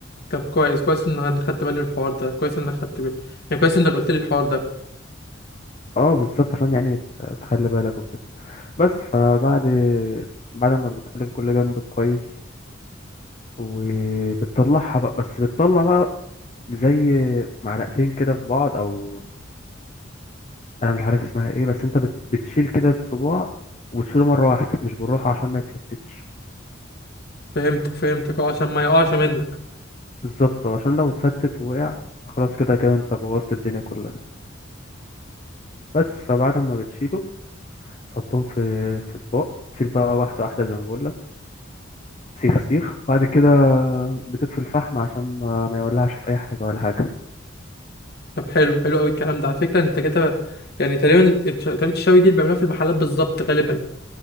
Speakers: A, on the left (about 55°); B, on the left (about 35°).
A: طب كويس كويس ان انا خدت بالي من الحوار ده كويس انك خدت بالي يعني كويس انك قلت لي الحوار ده
B: اه بالظبط عشان يعني ت- تخلي بالك وكده بس فبعد بعد ما بتقلب كل جنب كويس وبتطلعها بقى بس بتطلع بقى زي معلقتين كده في بعض او انا مش عارف اسمها ايه بس انت بت... بتشيل كده الصباع وتشيله مرة واحدة مش بالراحة عشان ما يتفتتش
A: فهمتك فهمتك اه عشان ما يقعش منك
B: بالظبط عشان لو اتفتت ووقع خلاص كده كده انت بوظت الدنيا كلها بس فبعد ما بتشيله تحطهم في في اطباق تشيل بقى واحدة واحدة زي ما بقول لك سيخ سيخ وبعد كده بتطفي الفحم عشان ما, ما يولعش في اي حاجة ولا حاجة
A: طب حلو حلو قوي الكلام ده على فكرة انت كده يعني تقريبا الش- طريقة الشوي دي اللي بيعملوها في المحلات بالظبط غالبا